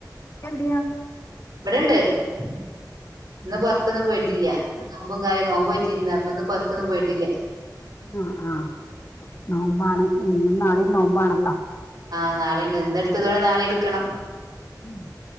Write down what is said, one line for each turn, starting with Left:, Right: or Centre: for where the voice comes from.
Left: എവിടിയ?
Right: ബടെണ്ട് ഇന്ന്
Left: ആ
Right: പൊർത്തൊന്നും പോയിറ്റില്ല.
Left: എ-
Right: <unintelligible> ആുമമ്പും കാര്യം നോമ്പോറ്റിര്ന്ന് അപ്പൊന്ന് പുറത്തൊന്നും പോയിട്ടില്ല.
Left: ആ ആഹ് നോമ്പാണ് ഇന്നും നാളിം നോമ്പാണല്ലോ.
Right: ആഹ് നാളീണ്ട് ഇന്ന്ടത്തതോണ്ട് നാളീട്ക്കണം.
Left: ഉം